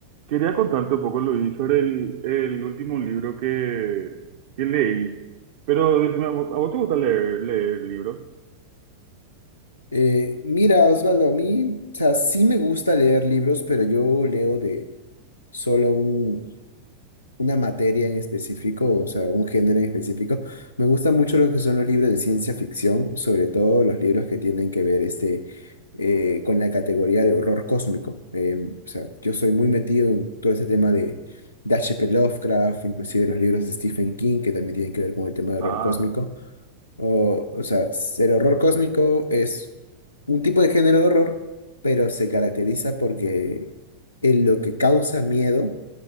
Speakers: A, on the right (about 50°); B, on the left (about 80°).
A: Quería contarte un poco, Luis, sobre el, el último libro que, que leí. Pero decime, ¿a vos, a vos te gusta leer, leer libros?
B: Eh, mira, Osvaldo, a mí, o sea, sí me gusta leer libros, pero yo leo de solo un- una materia en específico, o sea, un género en específico. Me gustan mucho lo que son los libros de ciencia ficción, sobre todo los libros que tienen que ver este, eh, con la categoría de horror cósmico. Em, o sea, yo soy muy metido en todo ese tema de, de H P. Lovecraft, inclusive los libros de Stephen King, que también tienen que ver con el tema de horror
A: Ah,
B: cósmico. O, o sea, el horror cósmico es un tipo de género de horror, pero se caracteriza porque en lo que causa miedo